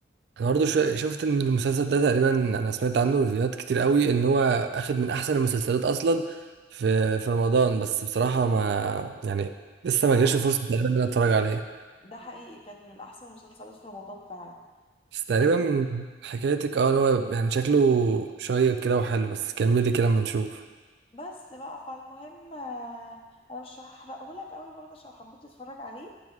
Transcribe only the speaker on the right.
انا برضه شو- شفت ان المسلسل ده تقريبا انا سمعت عنه ريفيوهات كتير قوي ان هو اخد من احسن المسلسلات اصلا في في رمضان بس بصراحه ما يعني لسه
ما
جاش فرصه تقريبا ان انا اتفرج عليه
بس تقريبا
من حكايتك اه إن هو يعني شكله شيق كده وحلو بس كملي كده اما نشوف